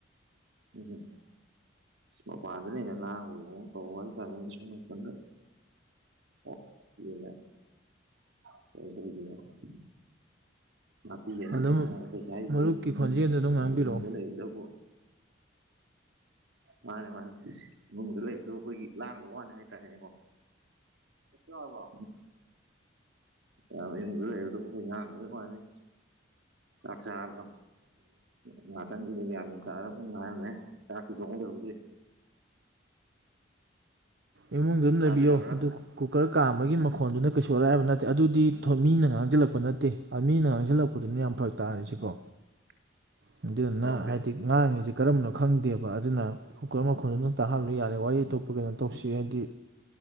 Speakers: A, on the right; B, on the right.
A: ꯎꯝ ꯁ ꯃꯄꯥꯟꯗꯅ ꯍꯦꯟꯅ ꯂꯥꯉꯕꯒꯤ ꯃꯑꯣꯡ ꯇꯧꯕ ꯍꯥꯏꯇꯥꯔꯦ ꯑꯁꯤꯝ ꯅꯥꯀꯟꯗ ꯑꯣ ꯏꯒꯂ <unintelligible> ꯅꯥꯄꯤꯒꯅꯤ
B: ꯑꯗꯨꯝ
A: ꯀꯩꯁꯥ ꯍꯥꯏꯁꯦ
B: ꯃꯔꯨꯞꯀꯤ
A: ꯏꯃꯨꯡ
B: ꯈꯣꯟꯖꯦꯜꯗꯨ ꯑꯗꯨꯝ ꯉꯥꯡꯕꯤꯔꯛꯑꯣ
A: ꯏꯃꯨꯡꯗ ꯂꯩꯒꯗꯕꯨ ꯃꯥꯅꯦ ꯃꯥꯅꯦ ꯏꯨꯡꯗ ꯂꯩꯕꯗꯨꯣ ꯑꯩꯈꯣꯏꯒꯤ ꯂꯥꯡꯗꯕ ꯋꯥꯅꯤ ꯍꯥꯏꯇꯥꯔꯦꯅꯦꯀꯣ ꯀ ꯍꯥꯏꯕ ꯌꯥꯝꯗ ꯐꯅꯤ ꯆꯥꯛꯆꯥꯥ ꯉꯅꯥꯇꯪꯒ ꯎ ꯉ ꯆꯁꯤ ꯆꯣꯡꯗ ꯍꯧꯒꯦ
B: ꯏꯃꯨꯡꯗ ꯑꯗꯨꯝ ꯂꯩꯕꯤꯌꯣ
A: ꯇꯥꯕꯤꯔꯕ꯭ꯔꯥ
B: ꯑꯗꯨ ꯀꯨꯀꯔ ꯀꯥꯝꯕꯒꯤ ꯃꯈꯣꯟꯗꯨꯅ ꯀꯩꯁꯨ ꯑꯜꯂꯛꯑꯕ ꯅꯠꯇꯦ ꯑꯗꯨꯗꯤ ꯃꯤꯅ ꯉꯥꯡꯁꯤꯜꯂꯛꯄ ꯅꯠꯇꯦ ꯃꯤꯅ ꯉꯥꯡꯁꯤꯜꯂꯛꯄꯗꯨꯅ ꯌꯥꯝ ꯐꯔꯛ ꯇꯥꯔꯁꯤꯀꯣ
A: <inaudible>
B: ꯑꯗꯨꯗꯤꯨꯅ
A: ꯑꯣꯀꯦ
B: ꯍꯥꯏꯗꯤ ꯉꯥꯡꯉꯤꯁꯦ ꯀꯔꯝꯕꯅꯣ ꯈꯪꯗꯦꯕ ꯑꯗꯨꯅ ꯀꯨꯀꯔ ꯃꯈꯣꯟꯗꯣ ꯅꯝ ꯇꯥꯍꯜꯂꯨ ꯌꯥꯔꯦ ꯋꯥꯔꯤ ꯑꯇꯣꯞꯄꯒꯤꯩꯅꯣ ꯇꯧꯁꯤ ꯍꯥꯏꯗꯤ